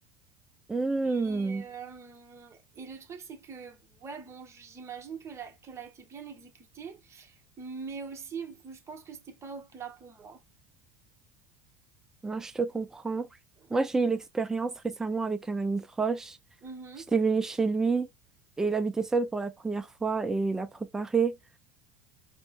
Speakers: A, in the centre; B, on the right.
A: Hmm,
B: Et, euh, et le truc, c'est que, ouais, bon, j'imagine que la- qu'elle a été bien exécutée, mais aussi, je pense que c'était pas au plat pour moi.
A: moi, je te comprends. Moi,
B: Ouais.
A: j'ai eu l'expérience récemment avec un ami proche.
B: Mhm.
A: J'étais venue chez lui et il habitait seul pour la première fois et il a préparé